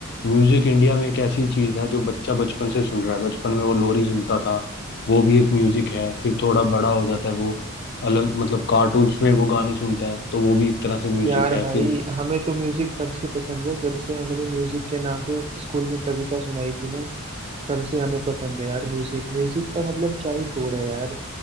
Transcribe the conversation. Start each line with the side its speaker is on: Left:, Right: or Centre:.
Left: म्यूजिक इंडिया में एक ऐसी चीज है जो बच्चा बचपन से सुन रहा है बचपन में वो लोरी सुनता था वो भी एक म्यूजिक है फिर थोड़ा बड़ा हो जाता है वो अलग मतलब कार्टून्स में वो गाने सुनता है तो वो भी एक तरह से म्यूजिक
Right: यार
Left: है
Right: भाई
Left: फिर
Right: हमें तो म्यूजिक तब से पसंद है जब से हमने म्यूजिक के नाम पे वो स्कूल में कविता सुनाई थी ना तब से हमें पसंद है यार म्यूजिक म्यूजिक का मतलब क्या ही तोड़ है यार